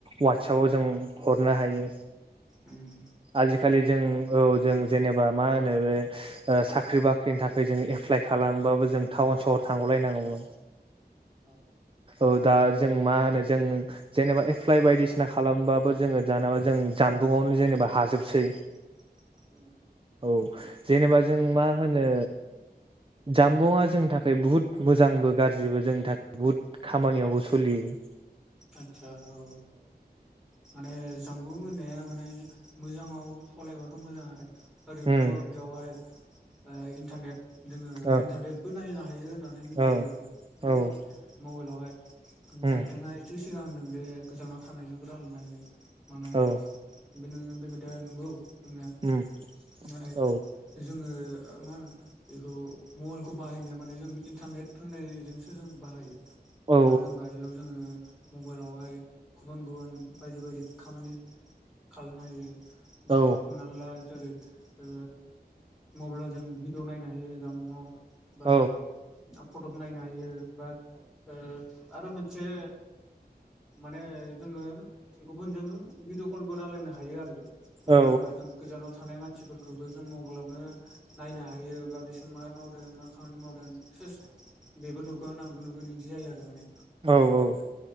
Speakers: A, on the right (about 30°); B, in the centre.
A: वाटस एपाव जों हरनो हायो
B: उम
A: आजिखालि जों औ जों जेनेबा मा होनो बे साख्रि बाख्रिनि थाखाय जों एप्लाय खालामबाबो जों टाउन सहर थांनो सलायनांगौमोन
B: औ
A: औ दा जों मा होनो जों जेनेबा एप्लाइ बायदिसिना खालामबाबो जोङो <inaudible> बा जों जाम खानन्दुङावनो जेनेबा हाजोबसै
B: <inaudible>
A: औ जेनेबा जों मा होनो जामबुंआ जोंनि थाखाय बुहुत मोजांबो गाज्रिबो जोंनि थाखाय बुहुद खामानियावबो सोलियो
B: आतसा औ माने जानबुं होननायाद माने मोजाङाव सलायबाथ' मोजां आरो ओरैनोथ'
A: उम
B: बेयावहाय इन्टारनेट जोङो
A: औ
B: इन्टारनेटबो नायनो हायो होननानै मिथिदों
A: औ
B: माने
A: औ
B: मबाइलावहाय दा
A: उम
B: बिथाङा एसे सिगां होनदों जे गोजानाव थानायजोंबो लायनो हायो मानो
A: औ
B: बेनो बेखोथाया नंगौ जोंनि
A: उम
B: नाथाय
A: औ
B: जोङो मा होनो बेखौ मबाइलखौ बाहायनाया माने जों इन्टारनेट होननायजोंसो जों बाहायो
A: औ
B: मानो होनबा इयाव जोङो मबाइलावहाय गुबुन गुबुन बायदि बायदि खामानि खालायनो हायो।
A: औ
B: हमनानै ला जेरै ओ मबाइलाव जों भिडिअ' नायनो हायो जानबुंआव बा
A: औ
B: फथख नायनो हयो बा ओ आरो मो से माने जोङो गुबुनजों भिडअ' कलबो रालायनो हायो आरो मानो
A: औ
B: होनबा जों गोजानाव थानाय मानसिफोरखौबो जों मबाइलावनो नायनो हायो होमबाबो माबे समाव मा मावदों मा खामानि मावदों सेस बेबो नु गोन आंबो नुगोन इदि जायो आरो माने।
A: औ औ।